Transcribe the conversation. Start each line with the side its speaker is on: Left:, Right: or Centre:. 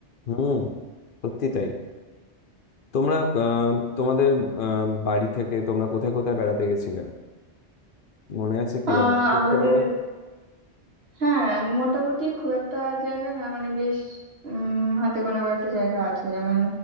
Left: হুম সত্যি তাই তোমরা আহ, তোমাদের আহ, বাড়ি থেকে তোমরা কোথায় কোথায় বেড়াতে গেছিলে মনে আছে কিরকম
Right: আহ
Left: ছোটবেলায়
Right: আমাদের হ্যাঁ মোটামুটি খুব একটা জায়গা না মানে বেশ উম হাতে গোনা কয়েকটা জায়গা আছে যেমন